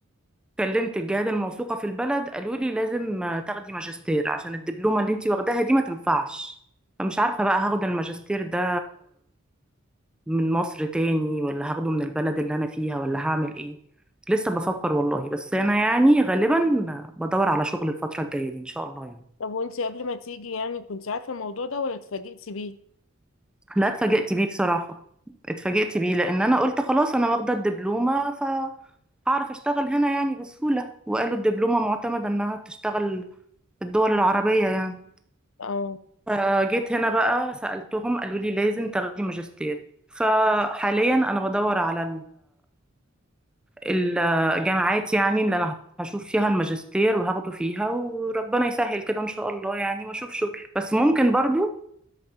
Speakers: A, in the centre; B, on the left.
A: كلمت الجهات الموثوقة في البلد قالوا لي لازم آه، تاخدي ماجستير عشان الدبلومة اللي انتي واخداها دي ما تنفعش فمش عارفة بقى هاخد الماجستير ده من مصر تاني ولا هاخده من البلد اللي أنا فيها ولا هعمل إيه لسه بفكر والله بس أنا يعني غالبا بدور على شغل الفترة الجاية دي إن شاء الله يعني
B: طب وانت قبل ما تيجي يعني كنت عارفه الموضوع ده ولا اتفاجئتي بيه
A: لا اتفاجئت بيه بصراحة اتفاجئت بيه لأن أنا قلت خلاص أنا واخدة الدبلومة ف هعرف اشتغل هنا يعني بسهولة وقالوا الدبلومة معتمدة انها تشتغل في الدول العربية يعني
B: اه
A: فجيت هنا بقى سألتهم قالوا لي لازم تاخدي ماجستير فحاليا انا بدور على الجامعات يعني اللي انا هشوف فيها الماجستير وهاخده فيها وربنا يسهل كده ان شاء الله يعني واشوف شغل بس ممكن برضو